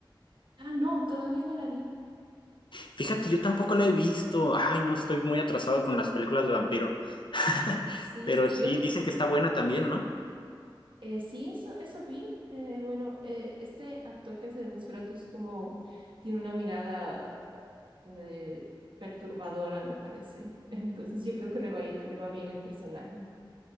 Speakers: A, on the right (about 75°); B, on the left (about 70°).
A: Ah, no, todavía no la vi.
B: Fíjate, yo tampoco la he visto. Ay, no estoy muy atrasado con las películas de vampiro. <laughs>
A: Sí,
B: Pero
A: yo
B: sí, dicen
A: sí.
B: que está buena también, ¿no?
A: Eh, sí, eso, eso vi. Eh, bueno, eh, este actor que hace de Nosferatu es como tiene una mirada eh, perturbadora, me parece. <laughs> Entonces yo creo que le va a ir, le va bien el personaje.